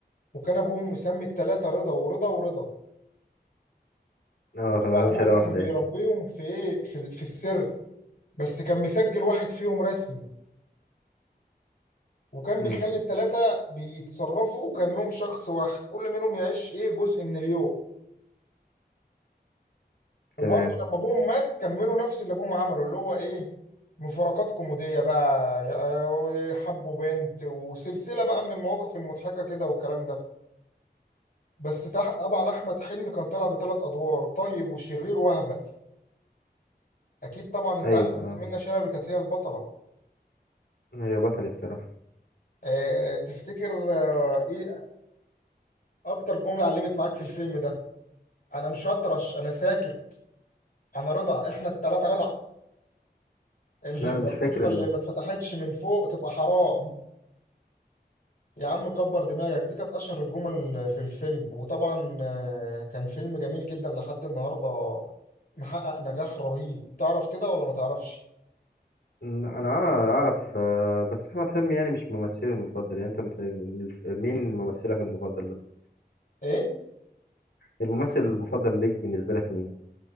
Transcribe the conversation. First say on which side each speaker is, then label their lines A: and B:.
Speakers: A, on the left; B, on the left.
A: وكان أبوهم مسمي الثلاثة رضا ورضا ورضا
B: اه
A: وطبعا
B: طلع لهم
A: أبوهم
B: شهادة واحدة
A: كان بيربيهم
B: يعني
A: في إيه في, ال- في السر بس كان مسجل واحد فيهم رسمي وكان
B: امم
A: بيخلي الثلاثة بيتصرفوا كأنهم شخص واحد كل منهم يعيش إيه جزء من اليوم وبرضه
B: تمام
A: لما أبوهم مات كملوا نفس اللي أبوهم عمله اللي هو إيه مفارقات كوميدية بقى يا- آه، حبوا بنت وسلسلة بقى من المواقف المضحكة كده والكلام ده بس تح... طبعا احمد حلمي كان طالع بثلاث ادوار طيب وشرير وهبه اكيد طبعا انت
B: ايوه
A: عارف إن
B: اه
A: منة شلبي كانت هي البطله
B: هي بطل الصراحة
A: أه تفتكر أه ايه اكتر جمله علمت معاك في الفيلم ده انا مش هطرش انا ساكت انا رضا احنا الثلاثه رضا <laughs> البطيخه
B: لا انا مش فاكر
A: اللي ما اتفتحتش من فوق تبقى حرام يا عم كبر دماغك دي كانت اشهر الجمل في الفيلم وطبعا آه، كان فيلم جميل جدا لحد النهارده محقق نجاح رهيب تعرف كده ولا ما تعرفش
B: م، انا آه اعرف آه، بس احمد حلمي يعني مش ممثلي المفضل يعني انت بت... مين ممثلك المفضل مثلا
A: ايه
B: الممثل المفضل ليك بالنسبه لك مين